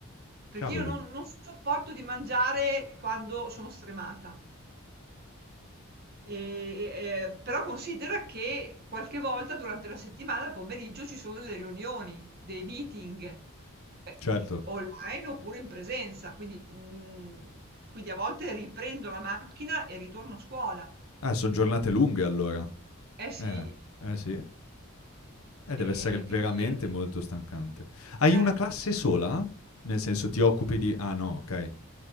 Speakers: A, on the right; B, on the left.
A: perché
B: Cavoli,
A: io non non sopporto di mangiare quando sono stremata. E e ehm, però considera che qualche volta durante la settimana al pomeriggio ci sono delle riunioni, dei meeting, eh,
B: certo.
A: online oppure in presenza, quindi, mhmm, quindi a volte riprendo la macchina e ritorno a scuola.
B: Eh, son giornate lunghe allora.
A: Eh sì,
B: Eh, eh sì. Eh, deve
A: e
B: essere veramente
A: quindi ehm,
B: molto stancante. Hai
A: eh,
B: una classe sola? Nel senso ti occupi di ah no, okay.